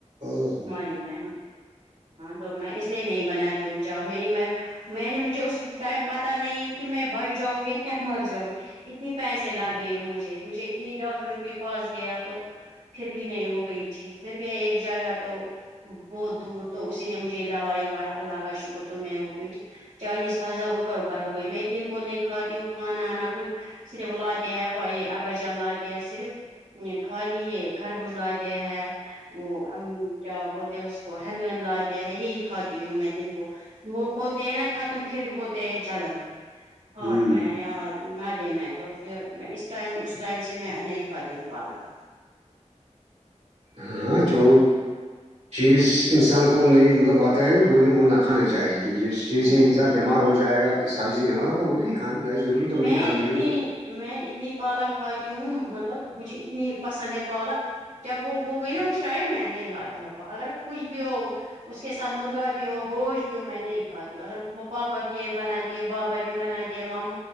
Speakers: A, on the right; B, on the right.
A: ا ہ
B: ہ تو میں اس لیے نہیں بناتی ہوں اونچا اور میری میں میں نے مجھے اس ٹائم پتاہ نہیں کہ میں بچ جاؤں گی مر جاؤں گی اتنی پیسے لگے مجھے مجھے اپنی ڈاکٹر کے پاس گیا تو پھر بھی نہیں ہو گئی تھی پھر گئے ایک جگہ تو بہت دور تو اسی نے مجھے یہ دواا اللہ کا شکر تو میں ہو گئی ٹھیک چالیس ہزار اوپر اوپر ہو گئی میں ا دن کو نہیں کھاتی ہوں کھانا نہ کچھ صرف لاتے ہیں پائی ابائی جان لاتے ہیں صرف خالی یہ گھر بزلاتے ہیں وہ کیا ب اس کو ہینند وینند لاتے ہیں یہی کاتی ہوں میں جن کو موک ہوتے ہیں نا ختم پھر بھی ہوتے ہیں جلن ہٹ
A: ہوں
B: م ادے م تو پھر میں اس ٹائم اس ٹائم سے میں نہیں کھاتی ہوں پالک
A: ہاں ہاں جو چیز انسان کو نہیں مطلب آتا ہے وہ وہ نہ کھانا چاہیے کہی
B: نہیں
A: جیے انسان
B: نہیں
A: بیمار ہو جائے گا کسابی سے بیمار ہو تو وہ نہیں کھانی ضروری تو نہیں
B: میں
A: کھانی
B: اتنی
A: ہے وہ
B: میں اتنی پالک کھاتی ہوں مطلب مجھے اتنی پسند ہے پالک جب وہ ہو گئی نا وہٹائے میں نہیں لاتی ہوں اگر کچھ بھی ہو اس کے ساتھ مرغا بھی ہو گوشت بھی ہو میں نہیں کاتی ہوں اگر پاپا بھی یہی بنات بابا بھی بنا دیا ماما